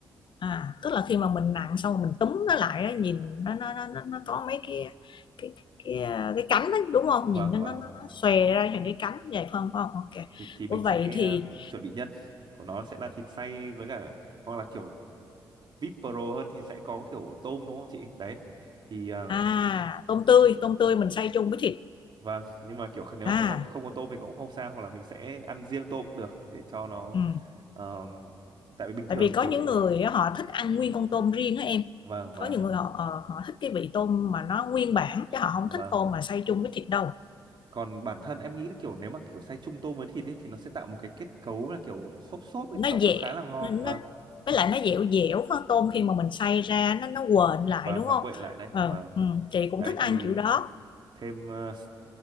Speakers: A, on the left; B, on the right.
A: à tức là khi mà mình nặn xong rồi mình túm nó lại á, nhìn nó nó nó nó nó có mấy cái cái cái cái, cái cánh đó, đúng không
B: vâng
A: nhìn nó nó
B: và
A: nó nó xòe ra thành cái cánh vậy phải không phải không ok
B: thì thì
A: Ủa
B: mình sẽ
A: vậy thì
B: ờ, chuẩn bị nhân của nó sẽ là thịt xay với cả hoặc là kiểu VIP Pro hơn thì sẽ có kiểu tôm đúng không chị đấy thì à,
A: à tôm tươi tôm tươi mình xay chung với thịt
B: vâng nhưng mà kiểu nếu
A: à
B: mà không có không có tôm thì cũng không sao hoặc là mình sẽ ăn riêng tôm cũng được để cho nó
A: ừ.
B: ờm, tại vì bình
A: tại
B: thường
A: vì có
B: kiểu
A: những người họ thích ăn nguyên con tôm riêng đó em
B: vâng vâng
A: có những người họ ờ, họ thích cái vị tôm mà nó nguyên bản chứ họ
B: vâng
A: không thích tôm mà xay chung với thịt đâu
B: còn bản thân em nghĩ là kiểu nếu mà kiểu xay chung tôm với thịt ấy thì nó sẽ tạo một cái kết cấu là kiểu xốp xốp ấy
A: nó
B: nó cũng
A: dẻ
B: khá là ngon
A: nó, nó
B: vâng
A: với lại
B: cũng-
A: nó dẻo dẻo con tôm khi mà mình xay ra nó nó quện lại
B: vâng
A: đúng
B: nó
A: không
B: quện lại đấy
A: ờ
B: vâng
A: ừ, chị cũng
B: đấy
A: thích ăn
B: thì
A: kiểu đó
B: thêm ờ, s-